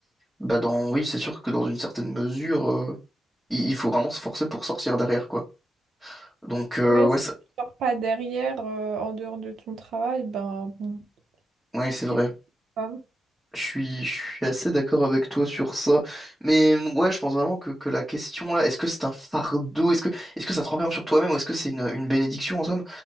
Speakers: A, in the centre; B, on the right (about 70°).
A: Bah dans, oui, c'est sûr que dans une certaine mesure, euh, il il faut vraiment se forcer pour sortir derrière, quoi. Donc, euh,
B: Ouais,
A: ouais,
B: si
A: ça-
B: tu sors pas derrière, euh, en dehors de ton travail, ben bon,
A: ouais, c'est
B: t'es
A: vrai.
B: pas.
A: Je suis, je suis assez d'accord avec toi sur ça. Mais ouais, je pense vraiment que, que la question là, est-ce que c'est un fardeau? Est-ce que, est-ce que ça te renferme sur toi-même ou est-ce que c'est une, une bénédiction en somme?